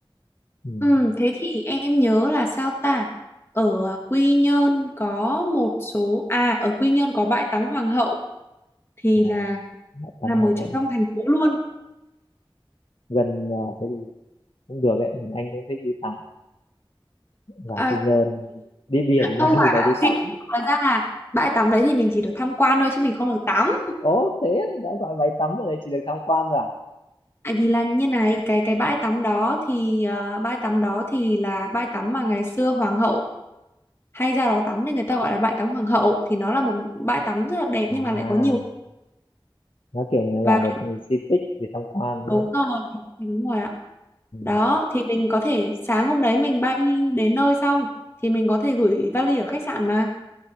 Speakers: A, on the left; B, on the left.
A: ừ.
B: Ừ, thế thì em nhớ là sao ta? Ở à, Quy Nhơn có một số à ở Quy Nhơn có bãi tắm Hoàng hậu thì
A: uh,
B: là
A: tắm
B: nằm
A: Hoàng
B: ở
A: hậu
B: trong thành phố luôn.
A: gần ờ, thế thì cũng được đấy mình anh cũng thích đi tắm và
B: À,
A: Quy Nhơn đi biển <laughs> ra
B: không phải
A: thì phải đi tắm
B: <laughs> thật ra là bãi tắm đấy thì mình chỉ được tham quan thôi chứ mình không được tắm.
A: ố thế á, đã gọi bãi tắm ở đây chỉ được tham quan rồi à
B: Tại vì là như này cái cái bãi tắm đó thì à, bãi tắm đó thì là bãi tắm mà ngày xưa Hoàng hậu hay ra đó tắm nên người ta gọi là bãi tắm hoàng hậu thì nó là một bãi tắm rất là đẹp
A: à
B: nhưng mà lại có nhiều
A: nó kiểu như
B: và
A: là một di tích để tham quan đúng
B: đúng
A: không
B: rồi đúng rồi đúng rồi ạ
A: ừ.
B: đó thì mình có thể sáng hôm đấy mình bay đến nơi xong thì mình có thể gửi vali ở khách sạn mà